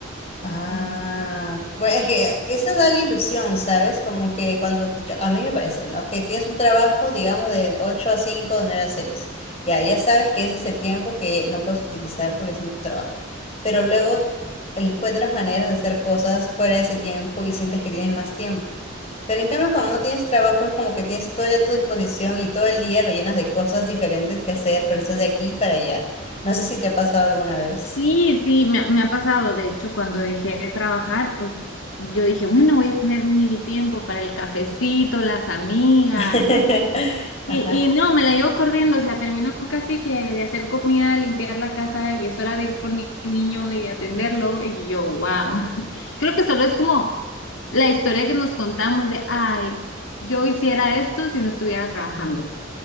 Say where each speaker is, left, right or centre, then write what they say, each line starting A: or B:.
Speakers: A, on the left; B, on the left.
A: Ah,
B: Mm.
A: bueno, es que eso da la ilusión, ¿sabes? Como que cuando, yo- a mí me parece, ¿no? Que tienes un trabajo, digamos, de 8 a 5 de 9 a 6. Ya, ya sabes que ese es el tiempo que no puedes utilizar porque es en tu trabajo. Pero luego encuentras maneras de hacer cosas fuera de ese tiempo y sientes que tienes más tiempo. Pero en cambio, cuando no tienes trabajo, es como que tienes todo a tu disposición y todo el día lo llenas de cosas diferentes que hacer, pero estás de aquí para allá. No sé si te ha pasado alguna vez.
B: Sí, sí, me, ha me ha pasado, de hecho, cuando dejé de trabajar, o- yo dije, bueno, voy a tener mil tiempo para el cafecito, las amigas,
A: <laughs>
B: Y,
A: Ajá.
B: y no, me la llevo corriendo, o sea, termino casi que de hacer comida, limpiar la casa y es hora de ir por mi niño y de atenderlo. Y yo, wow. <laughs> Creo que solo es como la historia que nos contamos de, ay, yo hiciera esto si no estuviera trabajando.